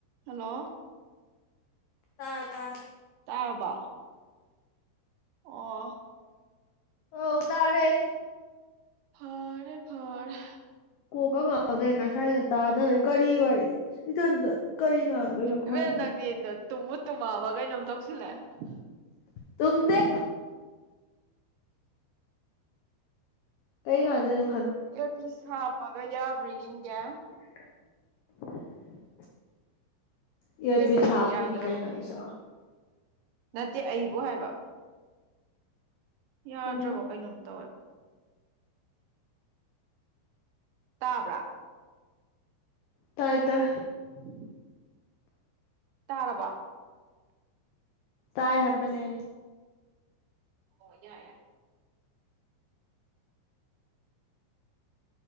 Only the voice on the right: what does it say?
ꯍꯜꯂꯣ
ꯇꯥꯔꯕꯣ ꯑꯣ
ꯐꯔꯦ ꯐꯔꯦ
ꯏꯕꯦꯝ ꯅꯪꯗꯤꯅ ꯇꯨꯝꯕꯨ ꯇꯨꯝꯃꯑꯕ ꯀꯩꯅꯣꯝ ꯇꯧꯁꯤꯂꯛꯑꯦꯇꯧꯁꯤꯜꯂꯦ
ꯑꯌꯔ ꯄꯤꯁ ꯍꯥꯄꯒ ꯌꯥ ꯄ꯭ꯔꯤ ꯌꯦꯡꯒꯦ
ꯏꯌꯥꯔꯄꯤꯁꯇ
ꯌꯥꯗ꯭ꯔꯕ
ꯀꯩꯅꯣꯝ
ꯇꯧꯋꯦ ꯅꯠꯇꯦ ꯑꯩꯕꯨ ꯍꯥꯏꯕ ꯌꯥꯗ꯭ꯔꯕꯣ
ꯀꯩꯅꯣꯝ ꯇꯧꯋꯦꯕ ꯇꯥꯕ꯭ꯔꯥ
ꯎ ꯇꯥꯔꯕ
ꯑꯣ ꯌꯥ ꯌꯥ